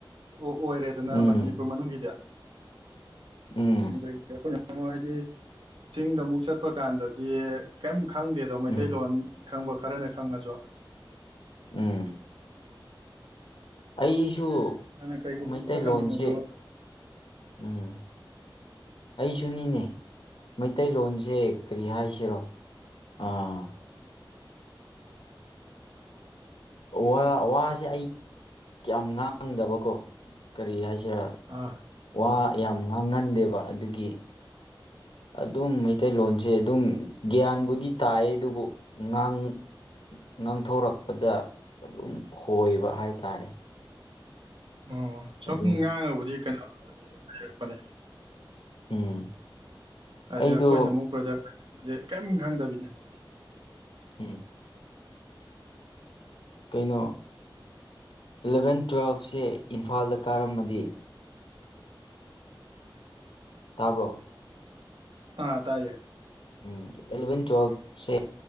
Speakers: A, on the right; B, on the left.
A: ꯑꯣ ꯑꯣꯏꯔꯦ ꯑꯗꯨꯅ
B: ꯎꯝ
A: ꯃꯅꯤꯄꯨꯔ ꯃꯅꯨꯡꯒꯤꯗꯤ
B: ꯎꯝ
A: ꯗꯣꯏ ꯀꯣ ꯍꯥꯏꯗꯤ ꯆꯤꯡꯗ ꯑꯃꯨꯛ ꯆꯠꯄ ꯀꯥꯟꯗꯗꯤ ꯀꯔꯤꯝ ꯈꯪꯗꯦꯗꯣ ꯃꯩꯇꯩꯂꯣꯟ
B: ꯎꯝ
A: ꯈꯪꯕ ꯈꯔꯅꯦ ꯈꯪꯉꯁꯨ
B: ꯎꯝ ꯑꯩ ꯁꯨ
A: ꯑꯗꯨꯅ ꯀꯩꯒꯨꯝꯕ
B: ꯃꯩꯇꯩꯂꯣꯟꯁꯦ
A: ꯑꯝꯇ ꯍꯪꯅꯤꯡꯉꯁꯨ
B: ꯎꯝ ꯑꯩꯁꯨꯅꯤꯅꯦ ꯃꯩꯇꯩꯂꯣꯟꯁꯦ ꯀꯔꯤ ꯍꯥꯏꯁꯤꯔꯣ ꯑꯥ ꯋꯥ ꯋꯥꯁꯦ ꯑꯩ ꯀꯌꯥꯝ ꯉꯥꯡꯗꯕꯀꯣ ꯀꯔꯤ ꯍꯥꯏꯁꯤꯦ
A: ꯑꯥ
B: ꯋꯥ ꯌꯥꯝ ꯉꯥꯡꯍꯟꯗꯦꯕ ꯑꯗꯨꯒꯤ ꯑꯗꯨꯝ ꯃꯩꯇꯩꯂꯣꯟꯁꯦ ꯑꯗꯨꯝ ꯒ꯭ꯌꯥꯟꯕꯨꯗꯤ ꯇꯥꯏ ꯑꯗꯨꯕꯨ ꯉꯥꯡ ꯉꯥꯡꯊꯣꯔꯛꯄꯗ ꯑꯗꯨꯝ ꯈꯣꯏꯕ ꯍꯥꯏꯇꯥꯔꯦ
A: ꯑꯣ ꯁꯨꯝ
B: ꯑꯗꯨꯝ
A: ꯉꯥꯡꯉꯕꯨꯗꯤ ꯀꯩꯅꯣ ꯂꯩꯔꯛꯄꯅꯤ
B: ꯎꯝ
A: ꯍꯥꯏꯗꯤ
B: ꯑꯩꯗꯣ
A: ꯑꯩꯈꯣꯏꯅ ꯑꯃꯨꯛ ꯕ꯭ꯔꯗꯔꯁꯦ ꯀꯔꯤꯝ ꯈꯪꯗꯕꯤꯗꯅꯤ
B: ꯎꯝ ꯀꯩꯅꯣ ꯏꯂꯚꯦꯟ ꯇꯨꯋꯦꯜꯐꯁꯦ ꯏꯝꯐꯥꯜꯗ ꯀꯥꯔꯝꯃꯗꯤ ꯇꯕꯣ
A: ꯑꯥ ꯇꯥꯏꯌꯦ
B: ꯎꯝ ꯑꯦꯂꯚꯦꯟ ꯇ꯭ꯋꯦꯜꯦ